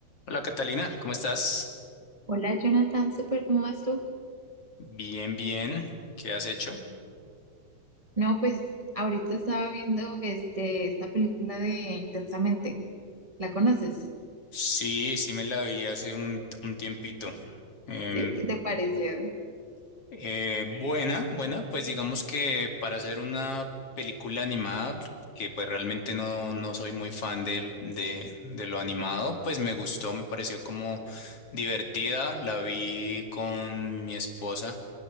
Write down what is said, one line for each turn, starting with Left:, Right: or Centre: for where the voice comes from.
Left: Hola Catalina, ¿cómo estás?
Right: Hola Jonathan, súper, ¿cómo vas tú?
Left: Bien, bien. ¿Qué has hecho?
Right: No, pues ahorita estaba viendo este, esta película de Intensamente. ¿La conoces?
Left: Sí, sí me la vi hace un, un tiempito. Em,
Right: ¿Sí? ¿Qué te pareció?
Left: eh, buena, buena, pues digamos que para hacer una película animada, que pues realmente no, no soy muy fan del- de, de lo animado, pues me gustó, me pareció como divertida, la vi con mi esposa